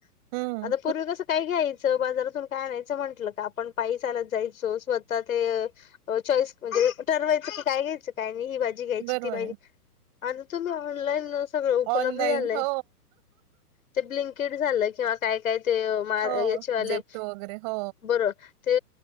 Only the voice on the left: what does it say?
आता पूर्वी कसं काय घ्यायचं. बाजारातून काय नाहीच म्हटलं का आपण पायी चालत जायचो स्वतः ते. चॉईस म्हणजे ठरवायचं की काय घ्यायचं काय नाही ही भाजी घ्यायची
ती भाजी.
आता तुम ऑनलाईन सगळं उपलब्ध
झालंय
ते ब्ं. किट झालं किंवा काय काय ते म
याचेवाले
बरोर ते